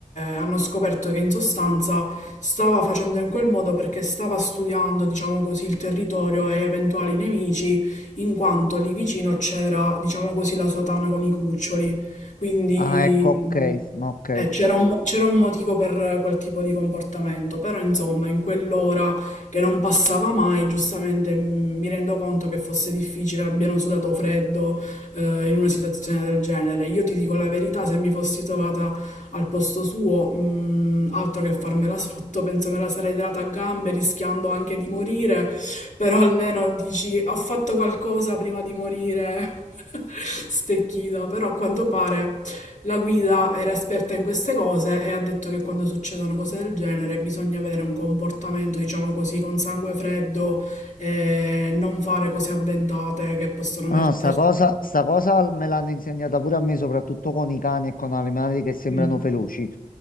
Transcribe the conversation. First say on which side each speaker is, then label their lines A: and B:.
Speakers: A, on the left; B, on the left.
A: hanno scoperto che in sostanza stava facendo in quel modo perché stava studiando, diciamo così, il territorio e eventuali nemici, in quanto lì vicino c'era, diciamo così, la sua tana con i cuccioli. Quindi
B: ah, ecco, ok, ma ok.
A: eh, c'era un, mo- c'era un motivo per quel tipo di comportamento, però insomma, in quell'ora che non passava mai, giustamente mm, mi rendo conto che fosse difficile, abbiano sudato freddo, eh, in una situazione del genere. Io ti dico la verità, se mi fossi trovata al posto suo, mm, altro che farmela <laughs> sotto, penso me la sarei data a gambe, rischiando anche di morire, però almeno dici, ho fatto qualcosa prima di morire. <laughs> Stecchita, però a quanto pare la guida era esperta in queste cose e ha detto che quando succedono cose del genere bisogna avere un comportamento, diciamo così, con sangue freddo e non fare cose avventate che possono
B: No,
A: metterti.
B: no, sta cosa, sta cosa me l'hanno insegnata pure a me, soprattutto con i cani e con animali che sembrano
A: Mm,
B: feroci.